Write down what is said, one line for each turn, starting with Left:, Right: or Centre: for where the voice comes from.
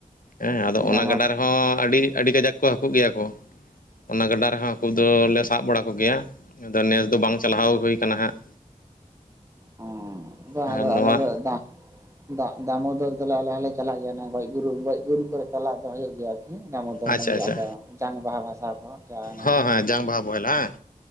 Left: ᱦᱮᱸ ᱟᱫᱚ
Right: ᱰᱟᱝᱜᱟ
Left: ᱚᱱᱟ ᱜᱟᱰᱟ ᱨᱮᱦᱚᱸ ᱟᱹᱰᱤ ᱟᱹᱰᱤ ᱠᱟᱡᱟᱠ ᱠᱚ ᱦᱟᱹᱠᱩ ᱜᱮᱭᱟ ᱠᱚ ᱚᱱᱟ ᱜᱟᱰᱟ ᱨᱮᱦᱚᱸ ᱦᱟᱹᱠᱩ ᱫᱚᱞᱮ ᱥᱟᱵ ᱵᱟᱲᱟ ᱠᱚᱜᱮᱭᱟ, ᱟᱫᱚ ᱱᱮᱥ ᱫᱚ ᱵᱟᱝ ᱪᱟᱞᱟᱦᱟᱣ ᱦᱩᱭ ᱟᱠᱟᱱᱟ ᱦᱟᱸᱜ
Right: ᱚᱸ ᱵᱟᱝ
Left: ᱟᱨ
Right: ᱟᱫᱚ
Left: ᱱᱚᱣᱟ
Right: ᱟᱞᱮᱫᱚ ᱵᱟᱝ ᱫᱟᱜ ᱫᱟᱢᱳᱫᱚᱨ ᱫᱚᱞᱮ ᱟᱞᱮ ᱦᱚᱸᱞᱮ ᱪᱟᱞᱟᱜ ᱜᱮᱭᱟ ᱜᱚᱡ ᱜᱩᱨᱩᱜ ᱜᱚᱡ ᱜᱩᱨ ᱠᱚᱨᱮ ᱪᱟᱞᱟᱜ ᱫᱚ ᱦᱩᱭᱩᱜ ᱜᱮᱭᱟ ᱟᱨ ᱦᱩ ᱫᱟᱢᱳᱫᱚᱨ
Left: ᱟᱪᱪᱷᱟ
Right: ᱱᱟᱹᱭ ᱜᱟᱰᱟ
Left: ᱟᱪᱪᱷᱟ
Right: ᱢᱟ ᱡᱟᱝ ᱵᱟᱦᱟ ᱵᱷᱟᱥᱟ ᱠᱚ ᱪᱟᱞᱟᱱᱟ
Left: ᱦᱚᱸ ᱦᱮᱸ ᱡᱟᱝ ᱵᱟᱦᱟ ᱵᱚᱦᱮᱞ ᱦᱟᱝ